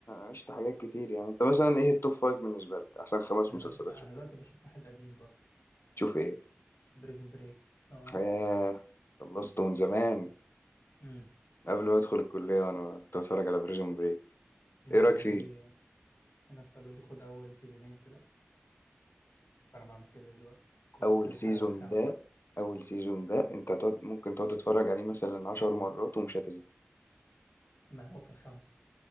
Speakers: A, on the left; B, on the left.
A: عشت حاجات كتير يعني انت مثلا ايه التوب فايف بالنسبه لك احسن خمس
B: انا
A: مسلسلات
B: بش... انا
A: شوف
B: دلوقتي بشوف واحد قديم برضه
A: شوف ايه
B: بريزن بريك لو عارف
A: آه خلصت من زمان
B: امم
A: قبل ما ادخل الكليه وانا كنت بتفرج على بريزون بريك
B: الناس
A: ايه رايك
B: قالوا
A: فيه
B: لي الناس قالوا لي خد اول سيزونين كده فانا بعمل كده دلوقتي وصلت
A: اول
B: للحلقه
A: سيزون
B: الخامسه
A: ده اول سيزون ده انت تقعد ممكن تقعد تتفرج عليه مثلا عشر مرات ومش هتزهق
B: ما انا هو في الخامسه